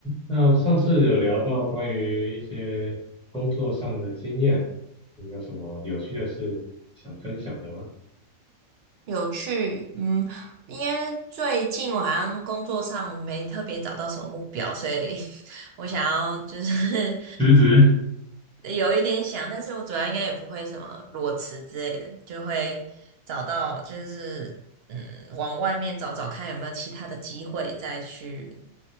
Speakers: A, in the centre; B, on the right.
A: 那上次有聊到关于一些工作上的经验，你有什么有趣的事想分享的吗？
B: 有趣，嗯，因为最近我好像工作上没特别找到什么目标，所以 <laughs> 我想要就是
A: <laughs> 辞职，
B: <laughs> 有一点想，但是我主要应该也不会什么裸辞之类的，就会找到就是嗯，往外面找找看有没有其他的机会再去